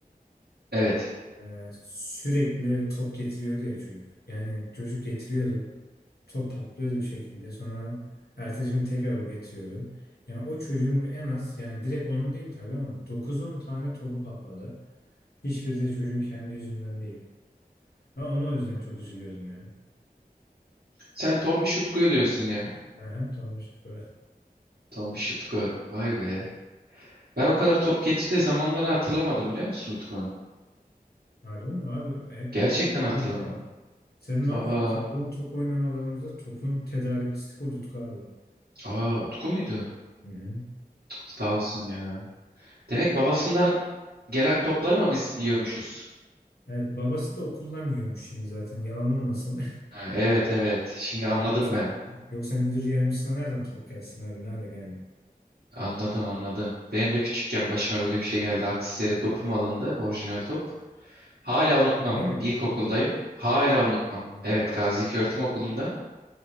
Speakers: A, on the right; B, on the left.
A: Evet.
B: Ee, sürekli top getiriyordu ya çocuk. Yani çocuk getiriyordu. top patlıyordu bir şekilde. Sonra ertesi gün tekrar o getiriyordu. Yani o çocuğun en az yani direkt onun değil tabii ama dokuz on tane topu patladı. Hiçbiri de çocuğun kendi yüzünden değil. Ben ona o yüzden çok üzülüyordum ya.
A: Sen Tombiş Utku'yu diyorsun ya.
B: Aha, Tommy Şükrü.
A: Tombiş Utku. Vay be. Ben o kadar top getirdiği zamanları hatırlamadım biliyor musun Utku'nun?
B: Harbi mi abi? Hep
A: Gerçekten
B: o getirdi
A: hatırlamadım.
B: ya. Senin o
A: Aa,
B: hatırladığın top oynamalarımızda topun tedarikçisi bu Utku abi.
A: aa Utku muydu?
B: Hı hı.
A: Cık, Sağ olsun ya. Demek babasından gelen topları mı biz yiyormuşuz?
B: Evet babası da okuldan yiyormuş şimdi zaten yalan olmasın.
A: Ha, evet evet.
B: <laughs>
A: Şimdi
B: Yani
A: anladım
B: yoksa,
A: ben.
B: yoksa müdür yardımcısına nereden top gelsin abi? Nerede yani?
A: Anladım anladım. Benim de küçükken başıma böyle bir şey geldi. Haksız yere topum alındı. Orijinal top. Hala unutmam.
B: Okulda mı?
A: İlkokuldayım. Hala unutmam.
B: Hmm.
A: Evet Gazi İlköğretim Okulu'nda.